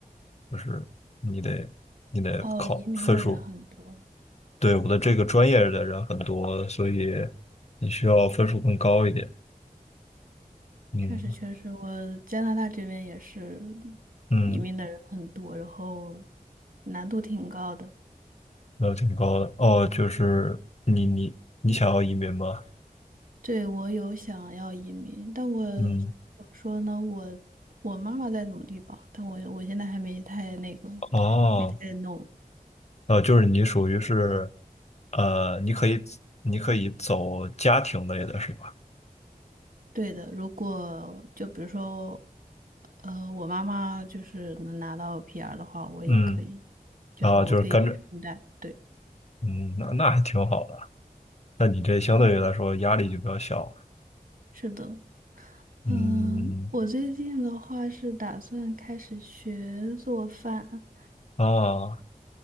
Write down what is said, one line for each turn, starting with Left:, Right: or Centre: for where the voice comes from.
Left: 就是你得你得考分数。
Right: 哦，移民的人很多，
Left: 对，我的这个专业的人很多，所以你需要分数更高一点。嗯
Right: 确实确实，我加拿大这边也是
Left: 嗯，
Right: 移民的人很多，然后难度挺高的。
Left: 那挺高的。哦，就是你你你想要移民吗？
Right: 对，我有想要移民，但我
Left: 嗯，
Right: 怎么说呢？我我妈妈在努力吧，但我我现在还没太那个，
Left: 哦，
Right: 没太弄。
Left: 呃，就是你属于是，呃，你可以你可以走家庭类的是吧？
Right: 对的，如果就比如说，呃，我妈妈就是能拿到 PR 的话，我也可以，
Left: 嗯。
Right: 就是我可以顺带。
Left: 啊，就是跟着，
Right: 对，
Left: 嗯，那那还挺好的。那你这相对于来说压力就比较小，
Right: 是的，
Left: 嗯，
Right: 嗯、我最近的话是打算开始学做饭。
Left: 啊，